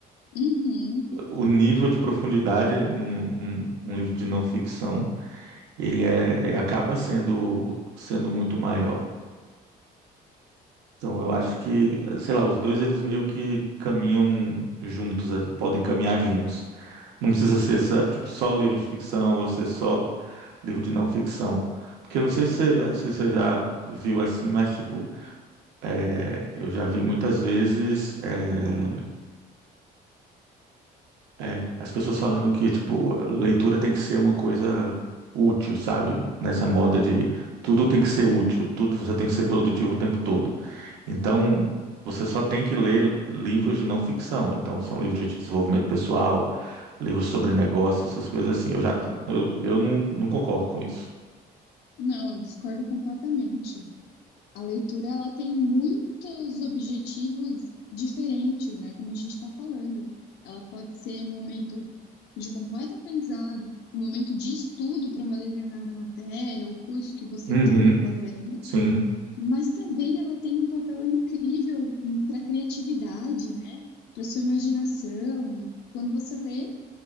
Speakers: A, on the left (about 80°); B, on the right (about 90°).
A: Uhum.
B: O nível de profundidade num, num- num livro de não ficção, ele é, é- acaba sendo, sendo muito maior. Então, eu acho que, sei lá, os dois eles meio que caminham juntos, eh, podem caminhar juntos. Não precisa ser, sabe, tipo, só livro de ficção ou ser só livro de não ficção. Porque eu não sei se, você se você já viu assim, mas tipo, é, eu já vi muitas vezes eh, É, as pessoas falando que, tipo, leitura tem que ser uma coisa útil, sabe? Nessa moda de tudo tem que ser útil, tudo você tem que ser produtivo o tempo todo. Então, você só tem que ler livros de não ficção. Então, são livros de desenvolvimento pessoal, livros sobre negócio, essas coisas assim. Eu já, eu, eu não, não concordo com isso.
A: Não, eu discordo completamente. a leitura ela tem muitos objetivos diferentes, né? Como a gente está falando, ela pode ser um momento de completo aprendizado, um momento de estudo para uma determinada matéria, o curso que você
B: Uhum,
A: está fazendo,
B: sim.
A: mas também ela tem um papel incrível para a criatividade, né? Para sua imaginação. Quando você lê